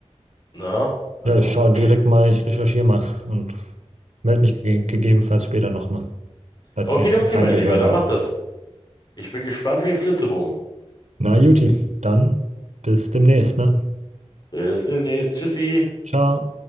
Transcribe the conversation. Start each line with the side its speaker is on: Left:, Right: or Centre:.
Left: na, also,
Right: Ja, ich schaue
Left: okay.
Right: direkt mal, ich recherchiere mal und melde mich ge gegebenenfalls später nochmal, falls
Left: Okay,
Right: die Enten
Left: okay,
Right: kein
Left: mein
Right: Gehirn
Left: Lieber, dann
Right: haben.
Left: mach das. Ich bin gespannt wie ein Flitzebogen.
Right: Na, Juti, dann bis demnächst, ne?
Left: Bis demnächst. Tschüssi.
Right: Ciao.